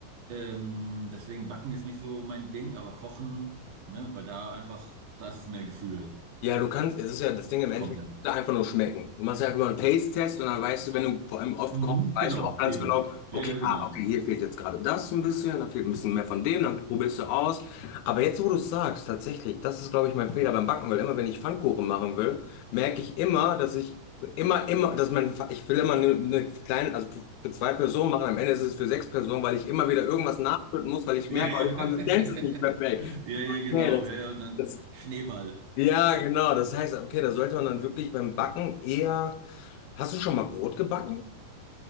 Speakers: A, on the right; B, on the left.
A: Ähm, deswegen Backen ist nicht so mein Ding, aber Kochen, ne, weil da einfach, da ist es mehr Gefühl.
B: Ja, du kannst, es ist ja das Ding im Endeffekt,
A: Komplett.
B: da einfach nur schmecken. Du machst einfach mal einen Taste-Test und dann weißt du, wenn du vor allem oft
A: Mhm,
B: kochst, weißt
A: genau,
B: du auch ganz
A: Ja, eben.
B: genau, okay,
A: Ja, ja, genau.
B: ah, okay, hier fehlt jetzt gerade das ein bisschen, da fehlt ein bisschen mehr von dem, dann probierst du aus. Aber jetzt, wo du es sagst, tatsächlich, das ist, glaube ich, mein Fehler beim Backen, weil immer, wenn ich Pfannkuchen machen will, merke ich immer, dass ich immer, immer, dass mein, Pf- ich will immer eine, eine kleine, also für für zwei Personen machen, am Ende ist es für sechs Personen, weil ich immer wieder irgendwas nachschütten muss, weil ich
A: Ja,
B: merke,
A: ja.
B: oh, die
A: <laughs>
B: Konsistenz ist nicht perfekt.
A: Ja, ja, genau.
B: Okay, das.
A: Ja, ja, und dann
B: Das
A: Schneeball.
B: ja, genau. Das heißt, okay, da sollte man dann wirklich beim Backen eher. Hast du schon mal Brot gebacken?